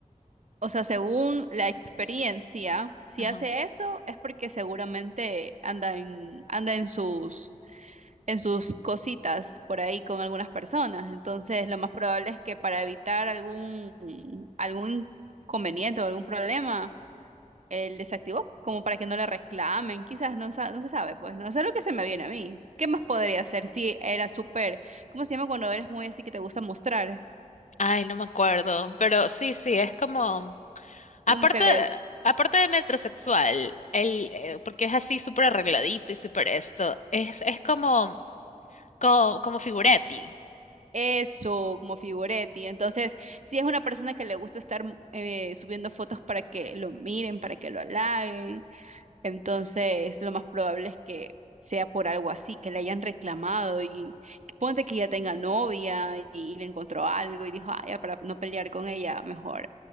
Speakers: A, on the right; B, on the left.
A: O sea, según la experiencia, si
B: ajá.
A: hace eso es porque seguramente anda en, anda en sus, en sus cositas por ahí con algunas personas. Entonces, lo más probable es que para evitar algún, algún inconveniente o algún problema él desactivó, como para que no le reclamen, quizás no, sa- no se sabe, pues, no, eso es lo que se me viene a mí. ¿Qué más podría hacer si era súper, ¿cómo se llama cuando eres muy así que te gusta mostrar?
B: Ay, no me acuerdo, pero sí, sí, es como,
A: Como
B: aparte,
A: que le,
B: aparte de metrosexual, el, eh, porque es así súper arregladito y súper esto, es, es como, como, como figurati
A: eso, como figuretti. Entonces, si es una persona que le gusta estar eh, subiendo fotos para que lo miren, para que lo halaguen. Entonces, lo más probable es que sea por algo así, que le hayan reclamado y que ponte que ya tenga novia y, y le encontró algo y dijo, ah, ya para no pelear con ella, mejor